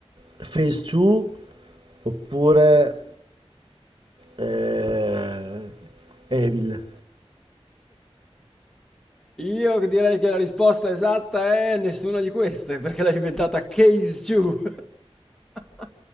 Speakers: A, on the right (about 45°); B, in the centre.
A: Phase 2 oppure eh, Evil.
B: Io direi che la risposta esatta è nessuna di queste, perché l'ha inventata Case Chew. <laughs>